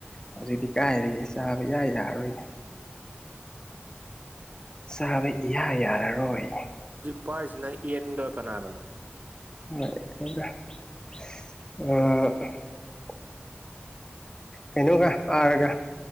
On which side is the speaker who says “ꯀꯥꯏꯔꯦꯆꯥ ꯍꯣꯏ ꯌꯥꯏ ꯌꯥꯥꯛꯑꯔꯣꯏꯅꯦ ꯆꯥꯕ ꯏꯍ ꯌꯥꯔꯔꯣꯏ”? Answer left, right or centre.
Left